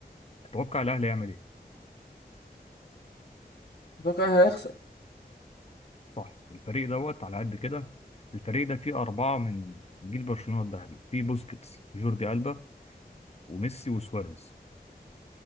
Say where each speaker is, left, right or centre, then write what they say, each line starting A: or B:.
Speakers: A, on the left; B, on the left.
A: تتوقع الاهلي هيعمل ايه
B: اتوقع انا هيخسر
A: صح الفريق دوت على قد كده الفريق ده فيه اربعه من جيل برشلونه الذهبي فيه بوسكيتس جوردي البا وميسي وسواريز